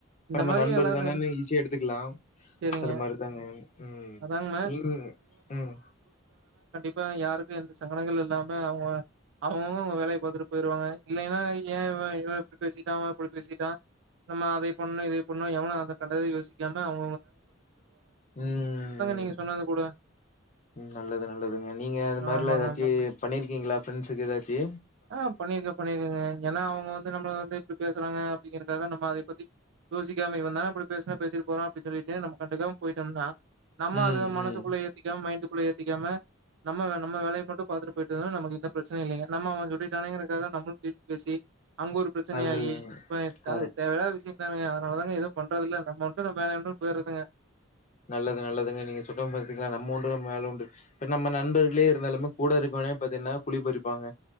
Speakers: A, on the right; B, on the left.
A: இந்த
B: ரொம்ப
A: மாரி
B: நண்பருதானே
A: எல்லாரும் இருந்து-
B: வெய் இன்சிக எடுத்துக்குலாம்
A: சரிங்க.
B: அது மாரிதாங்க உம்
A: அதாங்க
B: நீயு உம்
A: ப்ப யாருக்கு எந்த சங்குடங்கள் இல்லாம அவுங்க அவுங்கங் போ வேலை பாத்துட்டு போயிருவாங்க இல்லைன்னா ஏ இவன் இப்பிடி பேசிட்டா அவை அப்பிடி பேசிட்டா நம்ம அதை பண்ணோ இதை பண்ணோ எவுண அத கண்டயித் யோசிக்காம அவுங்
B: உம் ம்
A: நீங்க சொன்னது கூட
B: உம் நல்லது நல்லதுங்க நீங்க அது மாதிரியில்லா
A: ஆமாங்க
B: எதாச்சி
A: ஆமாங்க
B: பண்ணிருக்கீங்களா ப்ரெண்ஸ்சுக்கு எதாச்சி
A: ஆஹ் பண்ணியிருக்கே பண்ணிருகேங்க ஏனா அவுங்க வந்து நம்முள இப்ப வந்து இப்டி பேசுறாங்க அப்டிங்கிறக்காக நம்ம அதை பத்தி யோசிக்காம இவந்தா இப்பிடி பேசுரா பேசிட்டு போறான் அப்டின் சொல்லிட்டு நம்ம கண்டுக்காம் போயிட்டமுனா நம்ம
B: ம்
A: அதுக மனசுக்குள்ளே
B: ம்
A: ஏத்திக்காம மைண்டுக்குள்ள ஏத் பிடிக்காம நம்ம நம்ம வேலைய மட்டும் பாத்துட்டு போயிட்ருந்தா நமக்கு பிரச்சனை இல்லைங்க நம்ம அவுங்களு இவுங்களுக்காக நம்மளும் திருப்பி பேசி அங்க ஒரு பிரச்சனையாகி
B: அது
A: இப்ப
B: கரெக்ட்
A: தேவ இல்லாத விஷய அதனாலதாங்க எதுவும் பண்றது இல்ல நம்ம உண்டு நம்ம வேலை உண்டு போயிறதுங்க
B: நல்லது நல்லதுங்க நீங்க சொன்ன பாத்தீங்களா நம்ம உண்டு நம்ம மேல உண்டு இ நம்ம நண்பர்களே இருந்தாலுமே கூட இருக்கவனே பாத்தீங்கன்னா குழி பறிப்பாங்க